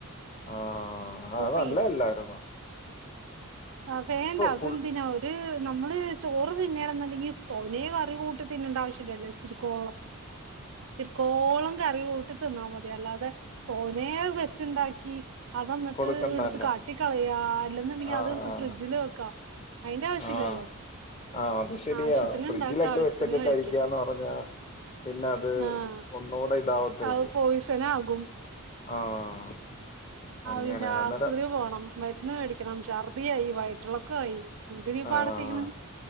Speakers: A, on the left; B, on the right.
A: ആഹ് അത് നല്ലതല്ലായിരുന്നൊ
B: ചെയ്യിപ്പിച്ചു. ആഹ് വേണ്ട അതന്തിനാ
A: ഫുൾ
B: ഒര് ഒര് നമ്മള് ചോറ് തിന്നേണം എന്നുണ്ടെങ്കിൽ തോനെ കറി കൂട്ട് തിന്നേണ്ട ആവശ്യമില്ലല്ലോ ഇച്ചിരി കോളം
A: <inaudible>
B: ഇത്തിരിക്കോളം കറി കൂട്ടി തിന്നാൽ മതി അല്ലാതെ തോനെ വെച്ചുണ്ടാക്കി അത് എന്നട്ട്
A: കൊടുക്കണ്ടല്ലോ
B: എടുത്ത് കാട്ടികളയാ അല്ലെന്നുണ്ടെങ്കി
A: ആഹ്
B: അത് എടുത്ത് ഫ്രിഡ്ജില് വെക്കാ അയ്ന്റെ ആവശ്യല്ലല്ലോ
A: ആഹ് ആഹ് ആഹ് അത് ശെരിയാ
B: ആവശ്യത്തിന്
A: ഫ്രിഡ്ജിലൊക്കെ
B: ഇണ്ടാക്ക ആവശ്യത്തിന്
A: വെച്ചൊക്കെ
B: കഴിക്ക
A: കഴിക്കാന്ന് പറഞ്ഞാ പിന്നെ അത്
B: ആഹ്
A: ഒന്നൂടെ ഇതാവത്തേ
B: അത്
A: ഉള്ളൂ
B: പോയിസനാകും
A: ആഹ്
B: ആഹ്
A: അങ്ങനെ
B: പിന്നെ
A: അന്നേരം
B: ആശുപത്രി പോണം മരുന്ന് മേടിക്കണം ഛർദ്ദിയായി വയറ്റുളക്കമായി എന്തിനാ
A: ആഹ്
B: പാടത്തിക്കണ്